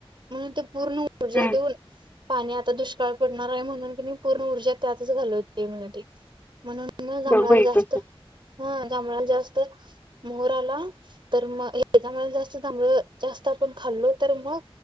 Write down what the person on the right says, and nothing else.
म्हणून ते पूर्ण ऊर्जा
देऊनऽ. पाणी आता दुष्काळ पडणार आहे म्हणून कनै पूर्ण ऊर्जा त्यातच घालवतय मनं ते, म्हणूनऽ. म जांभळाला
जास्त,
हा, जाभळाला जास्त, मोहर आला, तर मग हेज्या महिन्यात जास्त जांभळ जास्त आपण खाल्लो, तर मगऽ.